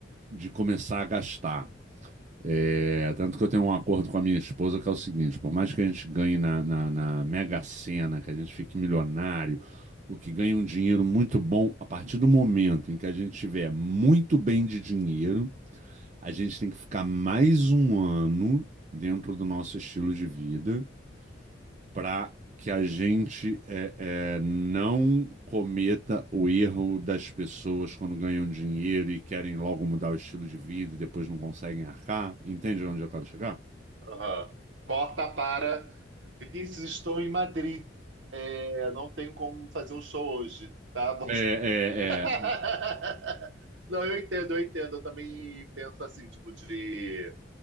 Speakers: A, on the right; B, on the right.
A: de começar a gastar. É, tanto que eu tenho um acordo com a minha esposa que é o seguinte: por mais que a gente ganhe na, na, na Mega Sena, que a gente fique milionário, o que ganha um dinheiro muito bom, a partir do momento em que a gente tiver muito bem de dinheiro, a gente tem que ficar mais um ano dentro do nosso estilo de vida para que a gente é, é, não cometa o erro das pessoas quando ganham dinheiro e querem logo mudar o estilo de vida e depois não conseguem arcar. Entende onde eu quero chegar?
B: Aham. Corta para Vinícius, estou em Madrid. É, não tenho como fazer o show hoje, tá? <laughs> Bom,
A: É,
B: <laughs> Não, eu entendo, eu entendo. Eu também penso assim, tipo, de